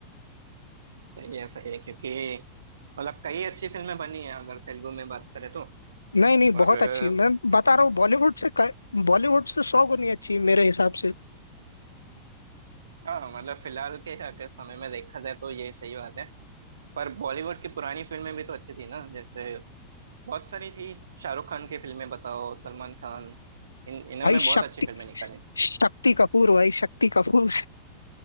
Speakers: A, on the right (about 65°); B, on the left (about 80°).
A: सही है सही है क्योंकि मतलब कई अच्छी फिल्में बनी है अगर तेलुगु में बात करें तो
B: नहीं नहीं
A: और
B: बहुत
A: अ,
B: अच्छी मैं बता रहा हूँ बॉलीवुड से बॉलीवुड से सौ गुनी अच्छी है मेरे हिसाब से
A: हाँ मतलब फिलहाल के अगर समय में देखा जाए तो ये सही बात है पर बॉलीवुड की पुरानी फिल्में भी तो अच्छी थी ना जैसे बहुत सारी थी शाहरुख खान की फिल्में बताओ सलमान खान इन इन्होंने
B: भाई
A: बहुत
B: शक्ति
A: अच्छी फिल्में निकाली
B: शक्ति कपूर भाई शक्ति कपूर